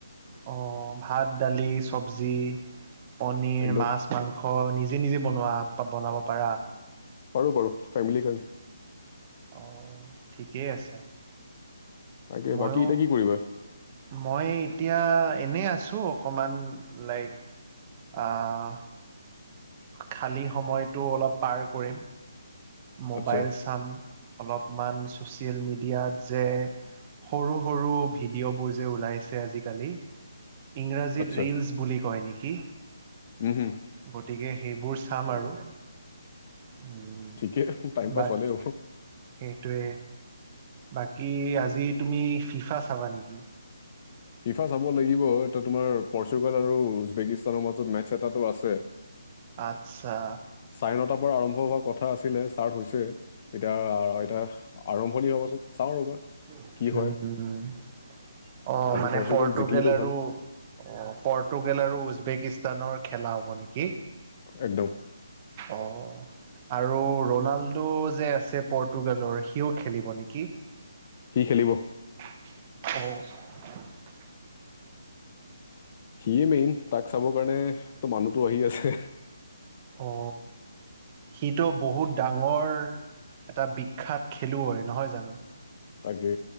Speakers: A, on the right (about 30°); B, on the left (about 35°).
A: আহ ভাত দালি চবজি পনিৰ
B: একদম
A: মাছ মাংস নিজে নিজে বনোৱা বনাব পাৰা
B: পাৰো পাৰো ফেমিলি কাৰনে
A: অ ঠিকেই আছে
B: তাকে
A: মইও
B: বাকী এতিয়া কি কৰিবা
A: মই এতি এতিয়া এনেই আছো অকমান লাইক আহ। খালী সময়টো অলপ পাৰ কৰিম মোবাইল
B: আচ্ছা
A: চাম। অলপমান ছ'চিয়েল মিডিয়াত যে সৰু সৰু ভিডিঅ'বোৰ যে ওলাইছে আজিকালি ইংৰাজীত
B: আচ্ছা
A: ৰিলচ বুলি কয় নেকি?
B: উম হুম
A: গতিকে সেইবোৰ চাম আৰু উম,
B: ঠিকে টাইম পাছ
A: বাকী
B: পালে হ'ল।
A: সেইটোৱে বাকী আজি তুমি ফিফা চাবা নেকি?
B: ফিফা চাব লাগিব এয়া তোমাৰ পৰ্চুগাল আৰু উজবেকিস্তানৰ মাজত মেটছ এটাটো আছে।
A: আত্চ্ছা
B: চাৰে নটাৰ আৰম্ভ হোৱা কথা আছিলে ষ্টাৰ্ট হৈছে। এতিয়া এতিয়া আৰম্ভণি হোৱাৰ পাছত চাওঁ ৰ'বা।
A: উম
B: কি হয়
A: অ
B: আজি
A: মানে
B: পৰ্চুগাল
A: পৰ্তুগেল
B: জিকিলেতো
A: আৰু
B: ভাল
A: অ পৰ্টুগেল আৰু উজবেকিস্ত- স্তানৰ খেলা হ'ব নেকি?
B: একদম
A: অ আৰু ৰনাল্ডো যে আছে পৰ্টুগালৰ সিও খেলিব নেকি?
B: সি খেলিব।
A: অ
B: সিয়ে মেই'ন তাক চাবৰ কাৰণে তো মানুহতো আহি আছে।
A: অ সিটো বহুত ডাঙৰ এটা বিখ্যাত খেলুৱৈ নহয় জানো?
B: তাকে।